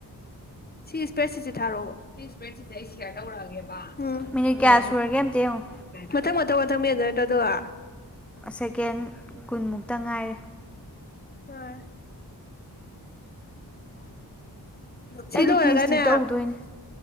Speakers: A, on the left; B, in the centre.
A: ꯁꯤ ꯏꯁꯄ꯭ꯔꯦꯗ ꯁꯤꯠꯁꯦ ꯊꯥꯔꯛꯑꯣꯕ ꯁꯤ ꯏꯁꯄ꯭ꯔꯦꯗ ꯁꯤꯁꯦ ꯑꯩ ꯁꯤꯦꯌꯥꯔ ꯇꯧꯔꯛꯑꯒꯦꯕ
B: ꯃꯤꯅꯤꯠ
A: ꯑꯗꯨꯒ
B: ꯀꯌꯥ ꯁꯨꯔꯒꯦ ꯑꯝꯇ ꯌꯦꯡꯉꯣ
A: ꯃꯊꯪ ꯃꯊꯪ ꯃꯊꯪ ꯃꯤꯗ ꯅꯠꯇ ꯑꯗꯨꯒ
B: ꯁꯦꯀꯦꯟ ꯀꯨꯟꯃꯨꯛꯇ ꯉꯥꯏꯔꯦ
A: ꯑ ꯁꯤ
B: ꯑꯩꯗꯤ
A: ꯂꯣꯏꯔꯒꯅꯦ
B: ꯐꯤ ꯏꯁꯇ꯭ꯔꯤ ꯇꯧꯗꯣꯏꯅꯦ